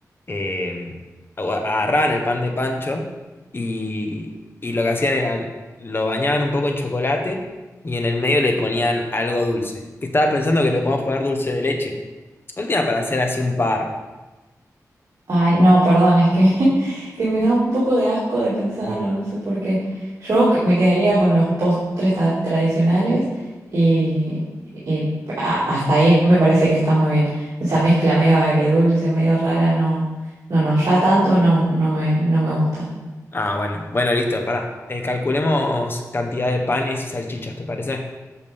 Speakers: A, on the left; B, on the right.
A: eh, agu- agarraban el pan de pancho y, y lo que hacían era lo bañaban un poco en chocolate y en el medio le ponían algo dulce. Que estaba pensando que le podemos poner dulce de leche. Última para hacer así un par.
B: Ay, no, perdón, es que, <laughs> que me da un poco de asco de pensarlo, no sé por qué. Yo que- me quedaría con los postres ta- tradicionales y, y a- hasta ahí me parece que está muy bien. Esa mezcla medio agridulce, medio rara, no, no, no, ya tanto no, no me, no me gusta.
A: Ah, bueno, bueno, listo, pará. Eh, calculemos cantidad de panes y salchichas, ¿te parece?